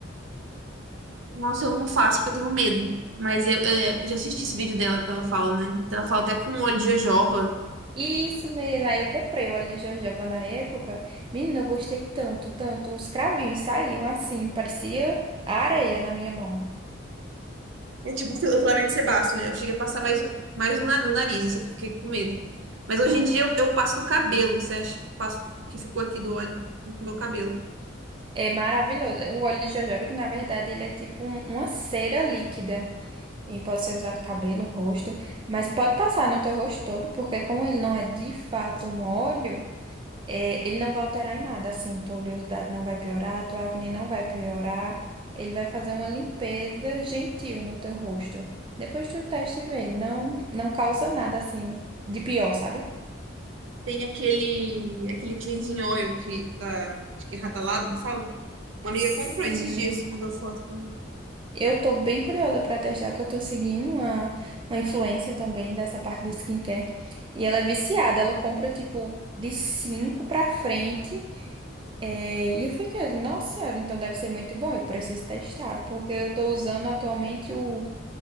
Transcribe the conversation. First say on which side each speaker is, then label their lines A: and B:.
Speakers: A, on the right; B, on the right.
A: Nossa, eu não faço porque eu tenho medo. Mas eu, é, eu já assisti esse vídeo dela que ela fala, né? Então ela fala até com o olho de jojoba.
B: Isso mesmo. Aí eu comprei o óleo de jojoba na época. Menina, eu gostei tanto, tanto. Os cravinhos saíam assim, parecia a areia na minha mão.
A: É tipo o filamento sebáceo, né? Eu cheguei a passar mais, mais no, na- no nariz, assim, porque fiquei com medo. Mas
B: Ah,
A: hoje em dia eu, eu passo no cabelo, você acha? Passo o que ficou aqui do óleo no meu cabelo.
B: é maravilhoso. O óleo de jojoba, que na verdade ele é tipo um- uma cera líquida. E pode ser usado cabelo, rosto, mas pode passar no teu rosto todo, porque como ele não é de fato um óleo. É, ele não vai alterar em nada, assim, tua oleosidade não vai piorar, tua acne não vai piorar. Ele vai fazer uma limpeza gentil no teu rosto. Depois tu testa e vê, não, não causa nada, assim, de pior, sabe?
A: Tem aquele, aquele cleansing oil que, da, acho que é Hada Labo que fala. Uma amiga
B: Sim,
A: comprou esses dias, mandou foto pra mim.
B: eu tô bem curiosa pra testar, que eu tô seguindo uma, uma influencer também dessa parte de skincare. E ela é viciada, ela compra, tipo, de cinco pra frente É, e eu fiquei, nossa senhora, então deve ser muito bom, eu preciso testar, porque eu tô usando atualmente o,